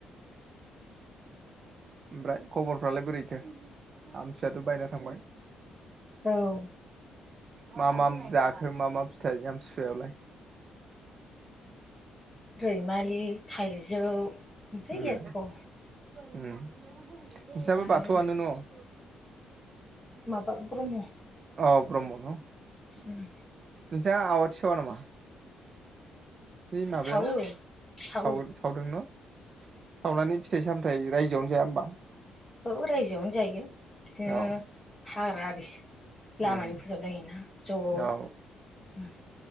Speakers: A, on the right; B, on the left.
A: ओमफ्राय खबरफ्रालाय बोरैथो आमसि आथ' बायना थांबाय।
B: औ।
A: मा मा जाखो मा मा फिथाइ आमसि सुवायावलाय?
B: रैमालि, थाइजौ, ओमफाय
A: उम
B: लेरख'।
A: उम नोंसिनाबो
B: जानो
A: बाथौआनो
B: गोनां
A: न'?
B: माबा ब्रह्म।
A: अह ब्रह्म न'?
B: उम।
A: नोंसा आवाथि सावा नामा? बै माबायाव
B: सावो सावो
A: साव-सावदों न' सावनानै फिथाइ सामथाइ रायजोयावनो जाया होमबा?
B: औ रायजोयावनो जायो बिदिनो
A: औ
B: हाग्रा आरि लामानि
A: उम
B: फोसाबलायो ना ज'
A: औ
B: उम।